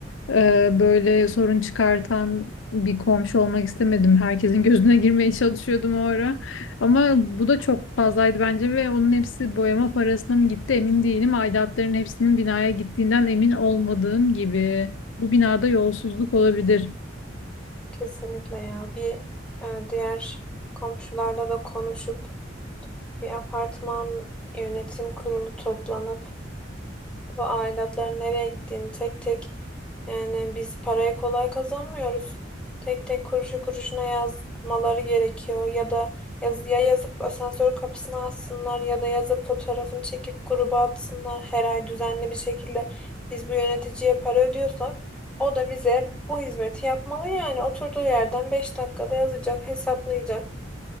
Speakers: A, on the left; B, in the centre.
A: Ee, böyle sorun çıkartan bir komşu olmak istemedim. Herkesin <laughs> gözüne girmeye çalışıyordum o ara. Ama bu da çok fazlaydı bence ve onun hepsi boyama parasına mı gitti emin değilim. Aidatların hepsinin binaya gittiğinden emin olmadığım gibi. Bu binada yolsuzluk olabilir.
B: Kesinlikle ya. Bir e, diğer komşularla da konuşup bir apartman yönetim kurulu toplanıp bu aidatların nereye gittiğini tek tek yani biz parayı kolay kazanmıyoruz. Tek tek kuruşu kuruşuna yazmaları gerekiyor ya da yaz, ya yazıp asansör kapısına assınlar ya da yazıp fotoğrafını çekip gruba atsınlar her ay düzenli bir şekilde. Biz bu yöneticiye para ödüyorsak o da bize bu hizmeti yapmalı yani oturduğu yerden 5 dakikada yazacak, hesaplayacak.